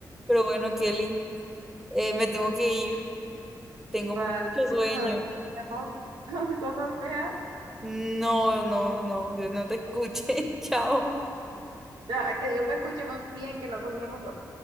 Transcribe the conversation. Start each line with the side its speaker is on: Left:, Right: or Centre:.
Centre: Pero bueno, Kelly, eh, me tengo que ir. Tengo
Right: Para
Centre: mucho sueño.
Right: ojalá y <laughs> cosas feas. O
Centre: No, no, no, Dios no te escuche. <laughs> Chao.
Right: sea, que Dios me escuche más bien, que no teníamos cosas